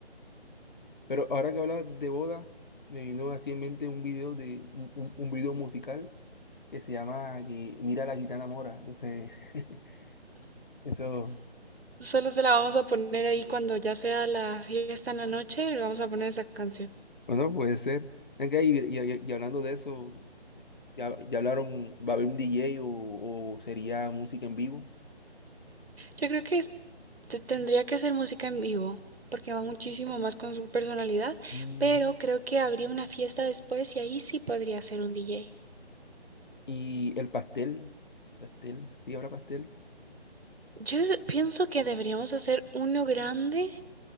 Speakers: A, on the left; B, on the right.
A: Pero ahora que hablas de boda, me vino así en mente un video de un, un, un video musical que se llama que Mira la gitana mora. Entonces, <laughs> eso.
B: solo se la vamos a poner ahí cuando ya sea la fiesta en la noche, le vamos a poner esa canción.
A: Bueno, puede ser. Venga, y, y- y- hablando de eso, ya, ya hablaron, ¿va a haber un DJ o, o sería música en vivo?
B: Yo creo que te- tendría que hacer música en vivo, porque va muchísimo más con su personalidad,
A: Mm,
B: pero creo que habría una fiesta después y ahí sí podría ser un DJ.
A: y el pastel, pastel, sí, habrá pastel,
B: Yo pienso que deberíamos hacer uno grande,